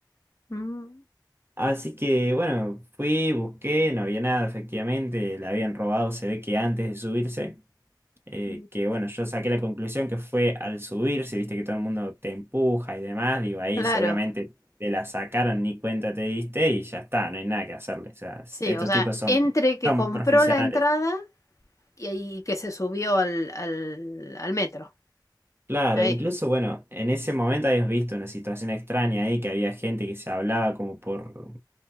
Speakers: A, on the left (about 40°); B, on the right (about 30°).
A: Mm,
B: Así que bueno, fui, busqué, no había nada, efectivamente, la habían robado, se ve que antes de subirse, eh,
A: mm,
B: que bueno, yo saqué la conclusión que fue al subirse, viste que todo el mundo te empuja y demás, digo, ahí
A: claro,
B: seguramente te la sacaron, ni cuenta te diste y ya está, no hay nada que hacerle, o sea,
A: sí,
B: estos
A: o sea,
B: tipos son,
A: entre que
B: son
A: compró
B: profesionales.
A: la entrada y, y que se subió al, al, al metro.
B: Claro,
A: Ahí.
B: incluso bueno, en ese momento habías visto una situación extraña ahí, que había gente que se hablaba como por,